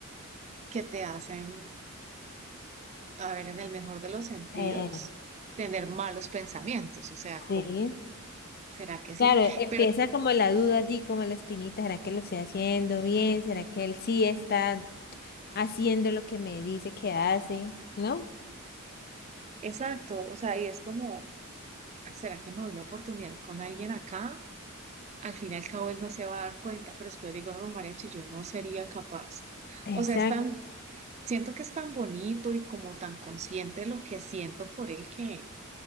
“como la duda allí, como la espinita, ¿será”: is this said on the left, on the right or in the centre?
Left